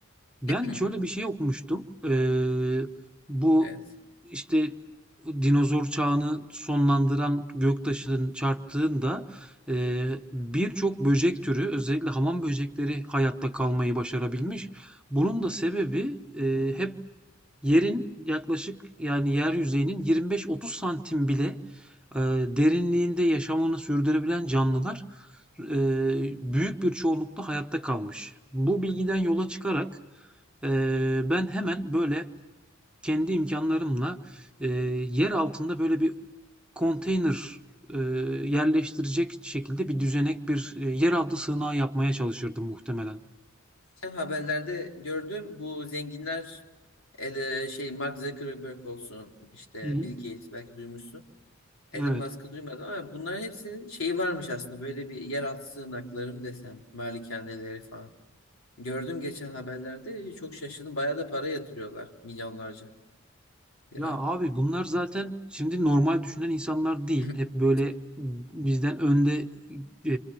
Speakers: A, in the centre; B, on the left (about 80°).
A: Ben
B: <clears throat>
A: şöyle bir şey okumuştum. Ee, bu
B: Evet.
A: işte dinozor çağını sonlandıran göktaşının çarptığında e, birçok böcek türü özellikle hamam böcekleri hayatta kalmayı başarabilmiş. Bunun da sebebi e,
B: Hı.
A: hep yerin yaklaşık yani yer yüzeyinin 25-30 santim bile e, derinliğinde yaşamını sürdürebilen canlılar e, büyük bir çoğunlukla hayatta kalmış. Bu bilgiden yola çıkarak ee, ben hemen böyle kendi imkanlarımla e, yer altında böyle bir konteyner e, yerleştirecek şekilde bir düzenek bir e, yeraltı sığınağı yapmaya çalışırdım muhtemelen.
B: Geçen haberlerde gördüm bu zenginler ele, şey Mark Zuckerberg olsun işte
A: Hı hı.
B: Bill Gates belki duymuşsun. Elon
A: Evet.
B: Musk'ı duymadım ama bunların hepsinin şeyi varmış aslında böyle bir yeraltı sığınakları mı desem malikaneleri falan. Gördüm geçen haberlerde çok şaşırdım. Bayağı da para yatırıyorlar. Milyonlarca lira.
A: Ya abi bunlar zaten şimdi normal düşünen insanlar değil.
B: <clears throat>
A: Hep böyle bizden önde e,